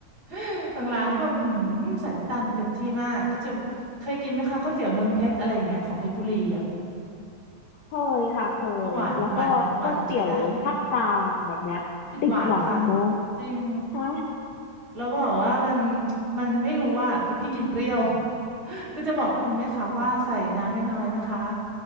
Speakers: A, on the right (about 35°); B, on the left (about 70°).
A: <laughs> บางร้านนี่แบบหืมใส่น้ำตาลมาเต็มที่มาก ก็จะเคยกินไหมคะก๋วยเตี๋ยวเมืองเพชรอะไรอย่างเงี้ยของเพชรบุรีอ่ะ
B: เคยค่ะเคยแล้วก็ก๋วยเตี๋ยวภาคกลางแบบเนี้ยติดหวานเนาะ
A: ก็หวานหวานหวานใช้ได้ <laughs> เลยติดหวานค่ะจริง
B: ใช่
A: แล้วบอกว่ามันมันไม่รู้ว่าคือพี่กินเปรี้ยว <laughs> ก็จะบอกคุณแม่ค้าว่าใส่น้ำน้อยๆนะคะ